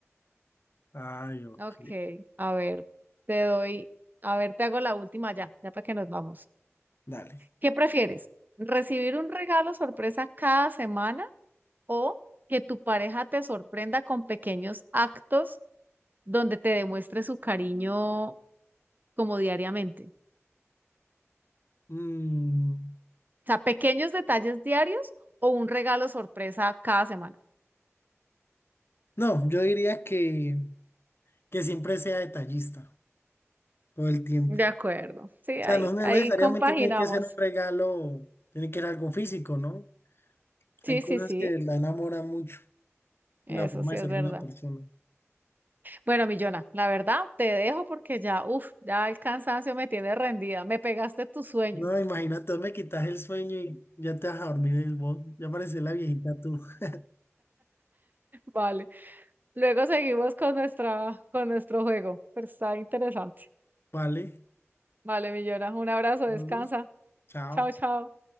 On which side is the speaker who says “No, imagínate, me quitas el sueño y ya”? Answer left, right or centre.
Left